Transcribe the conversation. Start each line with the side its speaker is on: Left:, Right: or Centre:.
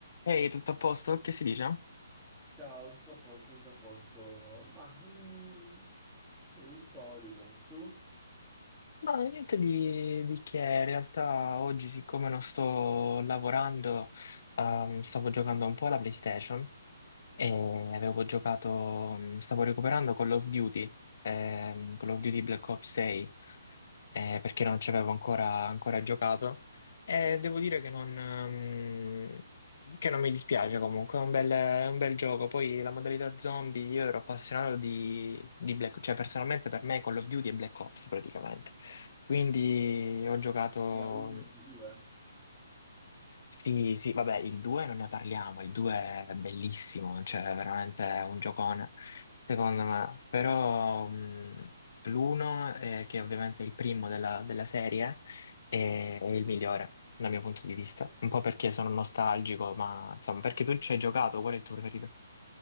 Left: Ehi, tutto a posto? Che si dice?
Centre: Ciao, tutto a posto, tutto a posto. Ma mm, sì, il solito. Tu?
Left: Ma niente di, di che, in realtà oggi siccome non sto lavorando, ehm, stavo giocando un po' alla PlayStation E avevo giocato, mh, stavo recuperando Call of Duty, ehm, Call of Duty Black Ops 6, eh, perché non ci avevo ancora, ancora giocato. E devo dire che non, ehm, che non mi dispiace comunque, è un bel, è un bel gioco. Poi la modalità zombie, io ero appassionato di, di Black Ops, cioè personalmente per me Call of Duty è Black Ops praticamente. Quindi ho giocato.
Centre: Sia uno che due?
Left: Sì, sì, vabbè, il 2 non ne parliamo, il 2 è bellissimo, cioè è veramente un giocone, secondo me. Però l'1, che è ovviamente è il primo della, della serie, è, è il migliore dal mio punto di vista. Un po' perché sono nostalgico, ma insomma, perché tu ci hai giocato, qual è il tuo preferito?